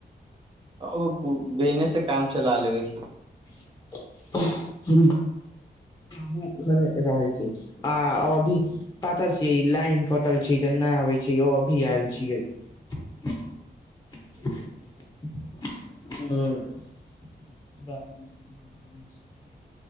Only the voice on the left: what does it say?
<unintelligible> ह म रहै छै आ अभी पापतर छियै लाईन कटल छै तऽ नहि अबै छै ओ अभी आयल छीये <unintelligible> ब <unintelligible>